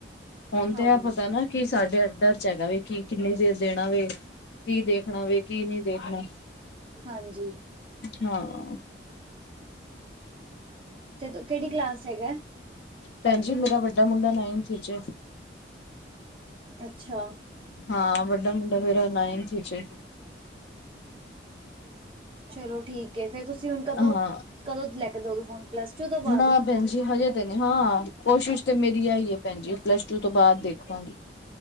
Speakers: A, on the left (about 70°); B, on the right (about 30°).
A: ਹੁਣ
B: ਹਾਂ
A: ਤੇ ਐ ਪਤਾ ਨਾ ਕਿ ਸਾਡੇ ਅੰਡਰ'ਚ ਹੈਗਾ ਵੇ ਕਿ ਕਿੰਨੀ ਦੇਰ ਦੇਣਾ ਵੇ। ਕੀ ਦੇਖਣਾ ਵੇ, ਕੀ ਨਹੀਂ ਦੇਖਣਾ।
B: ਹਾਂਜੀ।
A: ਹਾਂ।
B: ਤੇ, ਤੂ ਕਿਹੜੀ ਕਲਾਸ'ਚ ਹੈਗਾ?
A: ਭੈਣ ਜੀ ਮੇਰਾ ਵੱਡਾ ਮੁੰਡਾ ਨਾਈਂਥ'ਚ ਏ।
B: ਅੱਛਾ।
A: ਹਾਂ, ਵੱਡਾ ਮੁੰਡਾ ਮੇਰਾ ਨਾਈੰਨਥ'ਚ ਏ।
B: ਚਲੋ ਠੀਕ ਏ, ਫੇਰ ਤੁਸੀਂ ਹੁਣ ਕਦੋਂ,
A: ਹਾਂ
B: ਕਦੋਂ ਲੈਕੇ ਦੋਗੇ ਫੋਨ? ਪਲੱਸ ਟੂ ਤੋਂ ਬਾਅਦ
A: ਨਾ ਭੈਣ ਜੀ ਹਜੇ ਤੇ ਨੀ ਹਾਂ, ਕੋਸ਼ਿਸ਼ ਤੇ ਮੇਰੀ ਐਈ ਏ। ਭੈਣਜੀ ਪਲੱਸ-ਟੂ ਤੋਂ ਬਾਅਦ ਦੇਖਾਂਗੀ।